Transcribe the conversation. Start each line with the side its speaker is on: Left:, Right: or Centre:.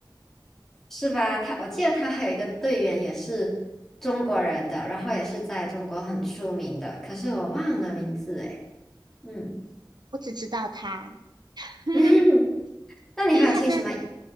Centre: 是吧？他，我记得他还有一个队员也是中国人的，然后也是在中国很出名的，可是我忘了名字诶。嗯，
Right: 我只知道她。<laughs>
Centre: <laughs> 那你还有听什么？
Right: 因为他的